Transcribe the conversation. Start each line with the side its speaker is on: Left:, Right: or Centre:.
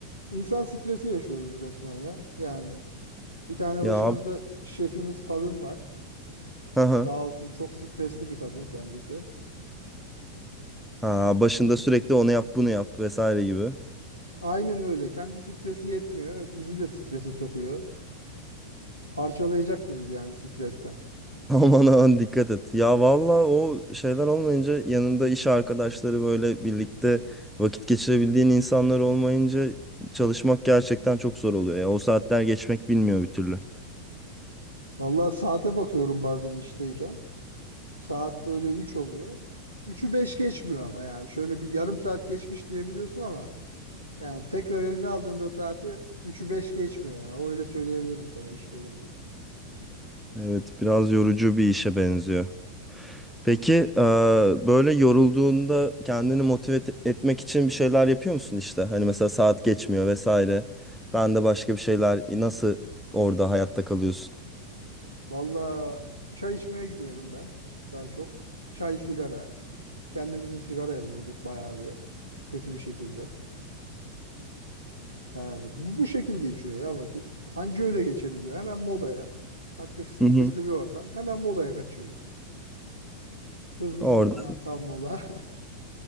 Right: İnsan stresi yaşıyoruz resmen ya. Yani bir tane
Centre: Ya
Right: başımızda
Centre: abi,
Right: şefimiz kadın var.
Centre: hı hı.
Right: Sağ olsun çok stresli bir kadın kendisi.
Centre: ha, başında sürekli onu yap bunu yap vesaire gibi.
Right: Aynen öyle. Kendi stresi yetmiyor. Bizi de strese sokuyor. Parçalayacak bizi yani stresten.
Centre: <laughs> Aman aman dikkat et. Ya valla o şeyler olmayınca yanında iş arkadaşları böyle birlikte vakit geçirebildiğin insanlar olmayınca çalışmak gerçekten çok zor oluyor. Ya o saatler geçmek bilmiyor bir türlü.
Right: Vallahi saate bakıyorum bazen işteyken. Saat böyle üç oluyor. Üçü beş geçmiyor ama yani. Şöyle bir yarım saat geçmiş diyebiliyorsun ama yani tekrar eline aldığında saati üçü 5 geçmiyor ya. Öyle söyleyebilirim sana iş yerinde.
Centre: Evet biraz yorucu bir işe benziyor. Peki eee, böyle yorulduğunda kendini motive et- etmek için bir şeyler yapıyor musun işte? Hani mesela saat geçmiyor vesaire. Ben de başka bir şeyler nasıl orada hayatta kalıyorsun?
Right: Vallahi çay içmeye gidiyorum ben daha çok. Çay sigara. Kendimizi sigaraya vurduk bayağı bir kötü bir şekilde. Yani bu, bu şekil geçiyor ya vakit. Anca öyle geçebiliyor. Hemen molaya. Baktık stresli
Centre: Hı hı.
Right: bir ortam. Hemen molaya kaçıyoruz. Hızlısından
Centre: Orada
Right: hatta mola.